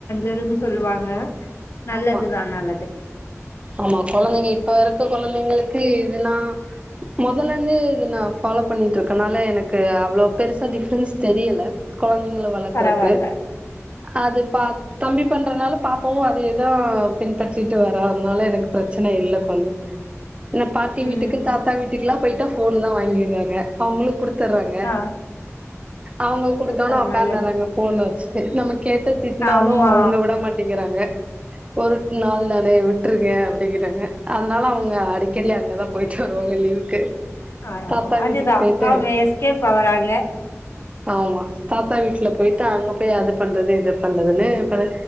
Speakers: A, on the left (about 55°); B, on the right (about 25°).
A: சருன்னு சொல்லுவாங்க நல்லதுதா
B: ஆமா
A: நல்லது
B: ஆமா கொழந்தைங்க இப்ப இருக்க கொழந்தைங்களுக்கு க்கு இதெல்லா மொதல்லருந்து இத நா ஃபாலோ பண்ணிட்டு இருக்கனால எனக்கு அவ்வளவு பெருசா டிஃரென்ஸ் தெரியல கொழந்தைங்கல வளக்குறக்கு
A: பரவால்ல
B: அது பா தம்பி பண்றனால பாப்பாவு அதே தா பின்பற்றிட்டு வரேன் அதனால எனக்கு பெரச்சன இல்ல கொஞ்சோ என்ன பாட்டி
A: ம்
B: வீட்டுக்கு தாத்தா வீட்டுக்குகெல்லா போயிட்டா ஃப் ஃபோன் தா வாங்கிடுறாங்க அவங்களுக்கு குடுத் குடுத்துறாங்க
A: ஆ
B: அவங்க குடுத்தன்னோ
A: சூப்பர்
B: உக்காந்துறாங்க
A: நல்லது
B: ஃபோன வச் செரி நமக்கு கேட்ட திட்னாலு
A: ஆமா
B: அவங்க விட மாட்டங்கிறாங்க ஒரு நாள் தானே விட்ருங்க அப்டிங்கிறாங்க அதனால அவுங்க அடிக்கடி அங்கதா போயிட்டு வருவாங்க லீவுக்கு
A: ஆ
B: தாத்தா வீட்டுக்கு
A: அதுதா
B: போயிட்டு
A: அவுங்க எஸ்கேப் ஆகறாங்க
B: ஆமா தாத்தா வீட்ல போயிட்டு அங்க போய் அத பண்றது இத பண்றதுன்னு இப்பல